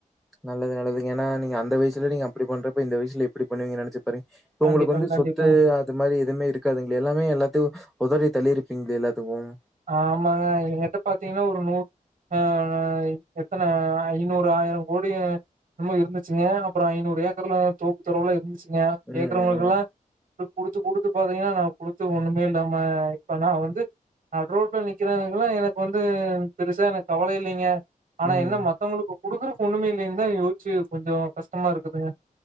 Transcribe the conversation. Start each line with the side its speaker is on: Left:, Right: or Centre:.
Centre: நல்லது, நல்லதுங்க ஏன்னா நீங்க அந்த வயசுலயே நீங்க அப்டி பண்றப்ப இந்த வயசுல எப்படி பண்ணுவீங்க நெனச்சு பாருங்க இப்ப
Right: கண்டிப்பா,
Centre: உங்களுக்கு வந்து
Right: கண்டிப்பா.
Centre: சொத்து அது மாறி எதுமே இருக்காதுங்ளே எல்லாமே எல்லாத்தையும் உதறி தள்ளிருப்பீங்ளே எல்லாத்துக்கும்
Right: ஆமாங்க எங்க்கிட்ட பாத்தீங்கன்னா ஒரு நூ ஆஹ் எத்தன ஐநூறு ஆயரோ கோடி என்னமோ இருந்துச்சுங்க அப்புறம் ஐநூறு ஏக்கர்ல தோப்பு தொரவுலாம் இருந்து சுங்க
Centre: ம் ம்
Right: கேக்குறவங்களுக்கல்லா குடுத்து குடுத்து பாத்தீங்ன்னா நா குடுத்து ஒண்ணுமே இல்லாம இப்ப நா வந்து நடு ரோட்ல நிக்கிறேனுங்கல்லா எனக்கு வந்து பெருசா எனக்கு கவலை இல்லைங்க ஆனா
Centre: ம்
Right: என்ன
Centre: ம்
Right: மத்தவுங்களுக்கு குடுக்குறக்கு ஒண்ணுமே இல்லனு தான் யோசிச்சு கொஞ்சோ கஷ்டமா இருக்குதுங்க